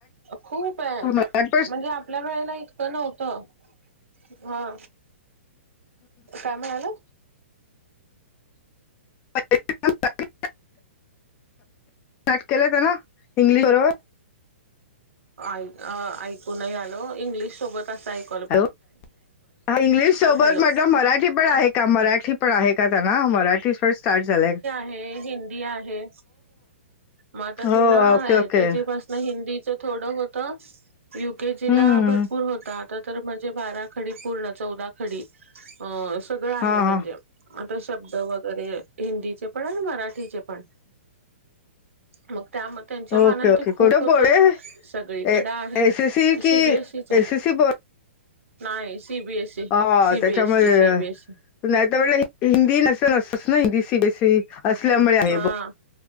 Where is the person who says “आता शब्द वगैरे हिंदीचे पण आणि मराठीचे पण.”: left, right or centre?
Right